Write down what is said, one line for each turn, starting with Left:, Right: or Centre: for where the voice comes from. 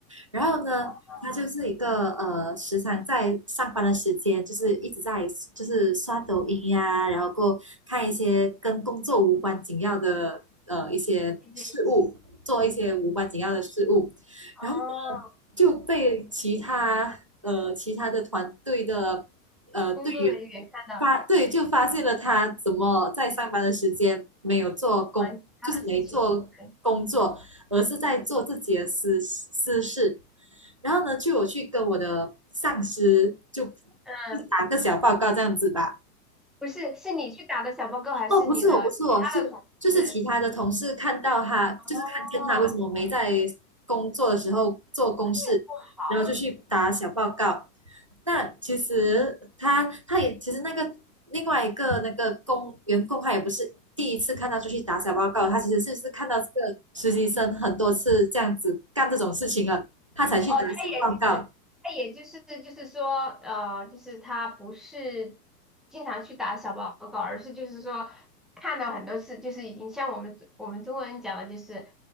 Right: 然后呢，
Centre: 哇，
Right: 他就是一个呃，时常在上班的时间，就是一直在就是刷抖音呀、然后过后看一些跟工作无关紧要的呃一些事物，
Centre: 有点行
Right: 做一些无关紧要的事物，
Centre: 哦。
Right: 然后呢就被其他呃其他的团队的呃队员
Centre: 工作人员看到
Right: 发对就发现了他怎么在上班的时间没有做工，
Centre: 忙其他的事情。
Right: 就是没做工作，
Centre: 对，
Right: 而是在做自己的私私事。然后呢，就我去跟我的上司就
Centre: 嗯，
Right: 打个小报告这样子吧。
Centre: 不是，是你去打的小报告，还是你的其他的同事？
Right: 哦，不是我，不是我，是就是其他的同事看到他，
Centre: 哦，
Right: 就是看见他为什么没在工作的时候做公事，
Centre: 这也不好。
Right: 然后就去打小报告。那其实他他也其实那个另外一个那个工员工他也不是第一次看到就去打小报告，他其实是是看到这个实习生很多次这样子干这种事情了，他才去打小报告。
Centre: 哦，他也就是，他也就是就是说，呃，就是他不是经常去打小报告，而是就是说看到很多次，就是已经像我们我们中国人讲的，就是